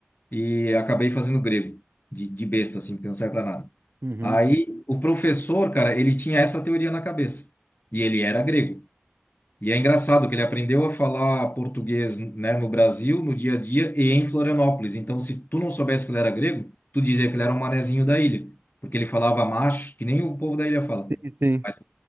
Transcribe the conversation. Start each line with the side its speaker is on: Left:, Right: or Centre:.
Left: e acabei fazendo grego, de, de besta, assim, que não serve para nada.
Right: uhum.
Left: Aí o professor, cara, ele tinha essa teoria na cabeça. E ele era grego. E é engraçado que ele aprendeu a falar português, né, no Brasil, no dia a dia e em Florianópolis. Então, se tu não soubesse que ele era grego, tu dizia que ele era um manezinho da ilha, porque ele falava macho, que nem o povo da ilha fala.
Right: Sim, sim.
Left: Mas-